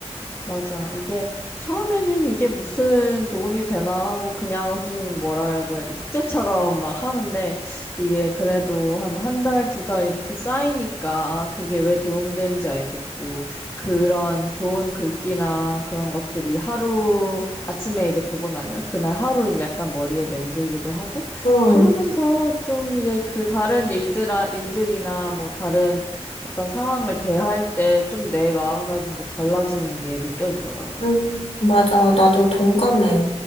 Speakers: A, on the left; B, on the left.
A: 맞아. 이게 처음에는 이게 무슨 도움이 되나 하고 그냥 좀 뭐라고 해야 돼. 숙제처럼 막 하는데 이게 그래도 한 한 달, 두 달 이렇게 쌓이니까 아, 그게 왜 도움되는지 알겠고 그런 좋은 글귀나 그런 것들이 하루 아침에 이제 보고 나면 그날 하루 이제 약간 머리에 맴돌기도 하고
B: 응,
A: 그러면서 좀 이제 그 다른 일들아, 일들이나 뭐 다른 어떤 상황을 대할 때 좀 내 마음가짐도 달라지는 게 느껴지더라고.
B: 응, 맞아. 나도 동감해.